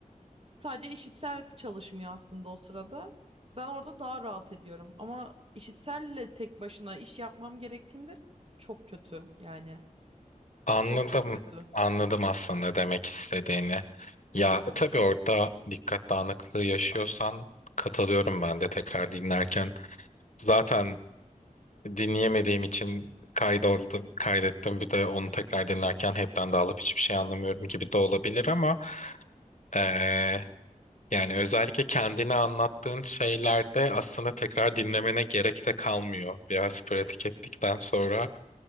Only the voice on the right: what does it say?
sadece işitsel çalışmıyor aslında o sırada. Ben orada daha rahat ediyorum ama işitselle tek başına iş yapmam gerektiğinde çok kötü yani
çok çok kötü.